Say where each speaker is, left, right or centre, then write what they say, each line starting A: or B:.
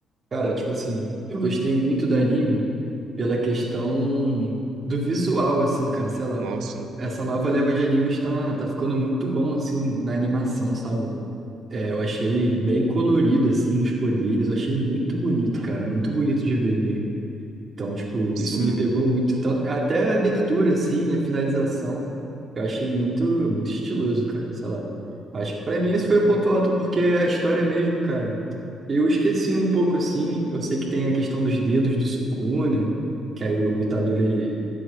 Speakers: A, on the right (about 40°); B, on the right (about 80°).
A: Cara, tipo assim, eu gostei muito do anime pela questão do visual, assim, cara, sei lá.
B: Nossa,
A: Essa nova leva de animes tá, tá ficando muito bom, assim, na animação, sabe? É, eu achei bem colorido, assim, os poderes, eu achei muito bonito, cara, muito bonito de ver mesmo. Então, tipo,
B: Sim.
A: isso me pegou muito. Então, até a abertura, assim, a finalização, eu achei muito, muito estiloso, cara. Sei lá. Acho que pra mim
B: Em-
A: esse foi o ponto alto, porque é a história mesmo, cara, eu esqueci um pouco, assim. Eu sei que tem a questão dos dedos do Sukuna, que aí o Itadori, ele,